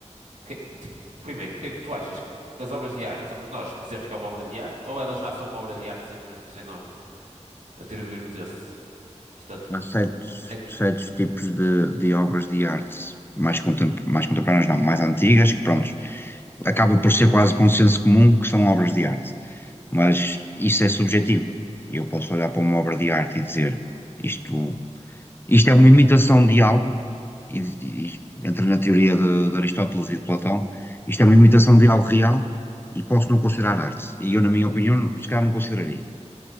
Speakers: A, on the right; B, on the left.
A: Que- tipo, primeiro, o que é que tu achas? Que as obras de arte somos nós que dizemos que é uma obra de arte ou elas já são uma obra de arte sempre mesmo sem nós atribuirmos esse estatuto?
B: Há certos,
A: É,
B: certos tipos de, de obras de arte mais, contem- mais contemporâneas, não, mais antigas, que pronto, acaba por ser quase consenso comum que são obras de arte. Mas isso é subjetivo. E Eu posso olhar para uma obra de arte e dizer isto, isto é uma imitação de algo, e, e isto- entra na teoria de, de Aristóteles e de Platão, isto é uma imitação de algo real e posso não considerar arte. E eu, na minha opinião, se calhar não consideraria.